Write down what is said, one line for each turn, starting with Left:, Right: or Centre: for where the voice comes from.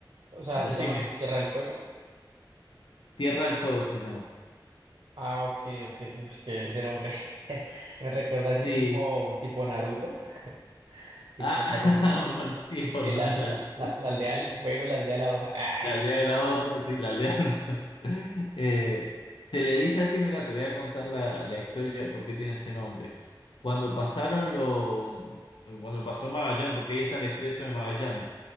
Right: O sea,
Left: Decime,
Right: ¿se llama así? ¿Tierra del Fuego?
Left: Tierra del Fuego se llama.
Right: Ah, ok, ok. Uy, que ese nombre <laughs> me recuerda así
Left: Sí.
Right: tipo, tipo Naruto. <laughs> Tipo
Left: Ah,
Right: Naruto.
Left: <laughs> por- sí,
Right: Es
Left: por
Right: que la,
Left: lo de
Right: la,
Left: la,
Right: la, la aldea del fuego, la aldea de la hoja. Ah,
Left: la aldea de la hoja, sí, la aldea. <laughs> Eh, se le dice así, mira, te voy a contar la, la historia de por qué tiene ese nombre. Cuando pasaron lo, cuando pasó Magallanes, porque ahí está el estrecho de Magallanes,